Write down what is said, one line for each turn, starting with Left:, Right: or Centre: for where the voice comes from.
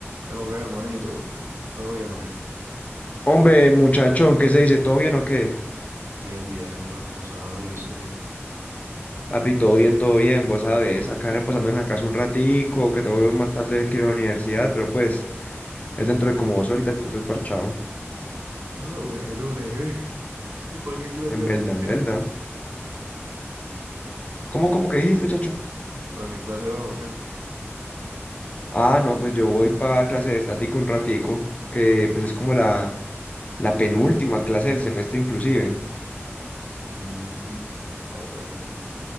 Right: ¿Qué lo que es, manito? ¿Todo bien o qué?
Left: Hombre, muchachón, ¿qué se dice? ¿Todo bien o qué?
Right: Bien, bien, reposado, yo sé que...
Left: Papi, todo bien, todo bien, vos sabes, acá reposando en la casa un ratico, que tengo más tarde que ir a la universidad, pero pues es dentro de como dos ahorita, entonces parchado.
Right: Ah, bueno, breve. ¿Y para qué clase
Left: En
Right: va
Left: Belda,
Right: o
Left: en
Right: qué?
Left: Belda. ¿Cómo, cómo que dijiste, chacho?
Right: ¿Para qué clase va o qué?
Left: Ah, no, pues yo voy para clase de estática un ratico, que pues es como la, la penúltima clase del semestre inclusive.
Right: Mm, ya, ya, ya.